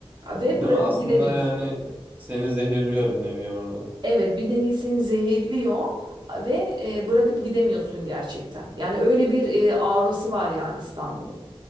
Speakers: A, on the right (about 50°); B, on the right (about 15°).
A: Ve
B: Değil
A: bırakıp
B: mi? Aslında
A: gidemiyorsun.
B: yani seni zehirliyor bir nevi orada.
A: Evet, bir nevi seni zehirliyor ve e, bırakıp gidemiyorsun gerçekten. Yani öyle bir e, aurası var yani İstanbul'un.